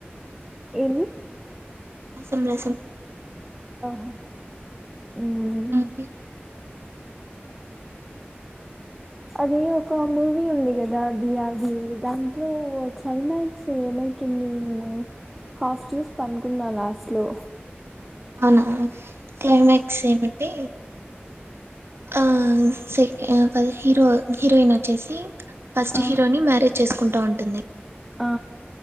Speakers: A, in the centre; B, on the right.
A: ఏమి
B: రసం రసం
A: ఆహా ఉమ్
B: అకే
A: అది ఒక మూవీ ఉంది కదా దీయది దాంట్లో క్లైమాక్స్ ఏమై ఇటు ఉండి నేను హాఫ్ చూసి పనుకున్నా లాస్ట్ లో
B: అవునా క్లైమాక్స్ ఏమంటే ఆ సెకె హీరో హీరోయిన్ వచ్చేసి ఫస్ట్
A: ఆ ఆ
B: హీరోని మ్యారేజ్ చేసుకుంట్ టా అంటంది
A: ఆ